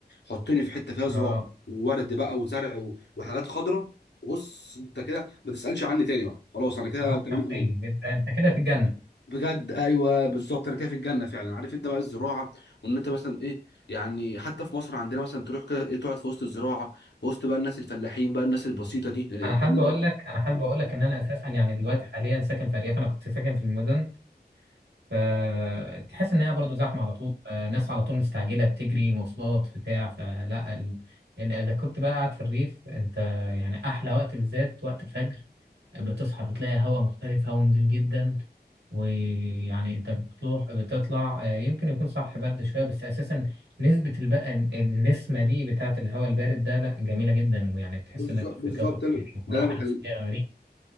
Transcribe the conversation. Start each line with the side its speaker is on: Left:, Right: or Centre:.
Left: حطني في حته فيها
Right: اه
Left: زراعه وورد بقى وزرع و- وحاجات خضراء بص انت كده ما تسالش عني تاني بقى خلاص انا كده
Right: راح
Left: تمام
Right: شخصية
Left: قوي
Right: انت انت كده في الجنة
Left: بجد ايوه بالظبط انا كده في الجنه فعلا عارف انت بقى الزراعه وان انت مثلا ايه يعني حتى في مصر عندنا مثلا تروح كده ايه تقعد في وسط الزراعه وسط بقى الناس الفلاحين بقى الناس البسيطه دي الجميله
Right: انا حابب اقول لك انا حابب اقول لك ان انا اساسا يعني دلوقتي حاليا ساكن في ارياف انا كنت ساكن في المدن فتحس ان هي برضو زحمة على طول آه، ناس على طول مستعجلة بتجري مواصلات بتاع فلا ال... إن اذا كنت بقى قاعد في الريف انت يعني احلى وقت بالذات وقت الفجر بتصحى بتلاقي هواء مختلف هواء نضيف جدا ويعني انت بتروح بتطلع آه، يمكن يكون صح برد شويه بس اساسا نسبه البقى النسمه دي بتاعه الهواء البارد ده لا جميله جدا ويعني تحس
Left: بالظ-
Right: انك في
Left: بالظبط
Right: كوكب تاني
Left: ده
Right: وراحه
Left: اللي انا بكلم-
Right: نفسيه غريبه